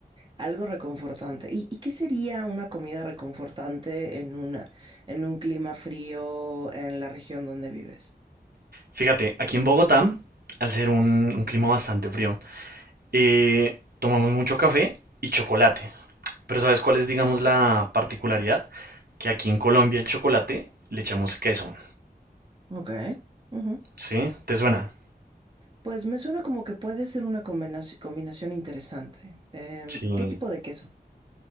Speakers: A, on the right; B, on the right.
A: algo reconfortante. ¿Y, y qué sería una comida reconfortante en una, en un clima frío en la región donde vives?
B: Fíjate, aquí en Bogotá, al ser un, un clima bastante frío, eh, tomamos mucho café y chocolate. Pero ¿sabes cuál es, digamos, la particularidad? Que aquí en Colombia el chocolate le echamos queso,
A: Ok, ujú.
B: ¿sí? ¿Te suena?
A: Pues me suena como que puede ser una combinaci- combinación, interesante. Em,
B: Sí.
A: ¿qué tipo de queso?